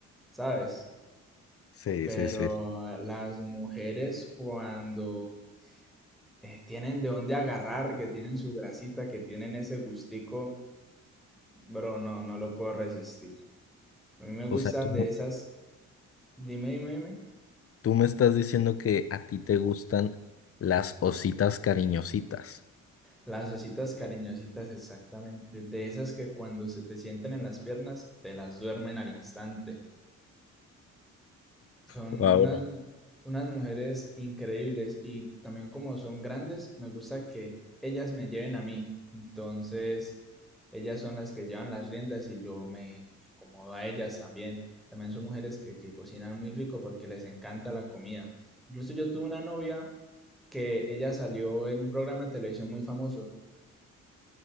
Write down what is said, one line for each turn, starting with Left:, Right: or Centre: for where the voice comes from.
Centre: ¿sabes?
Left: Sí,
Centre: Pero
Left: sí, sí.
Centre: las mujeres cuando eh, tienen de dónde agarrar, que tienen su grasita, que tienen ese gustico, bro, no, no lo puedo resistir. A mí me gustan
Left: O sea, tú,
Centre: de esas, dime, dime, dime,
Left: tú me estás diciendo que a ti te gustan las ositas cariñositas.
Centre: las ositas cariñositas exactamente, de esas que cuando se te sienten en las piernas, te las duermen al instante. Son
Left: Wow.
Centre: unas, unas mujeres increíbles y también como son grandes, me gusta que ellas me lleven a mí. Entonces, ellas son las que llevan las riendas y yo me, me acomodo a ellas también. También son mujeres que, que cocinan muy rico porque les encanta la comida. Incluso yo tuve una novia que ella salió en un programa de televisión muy famoso.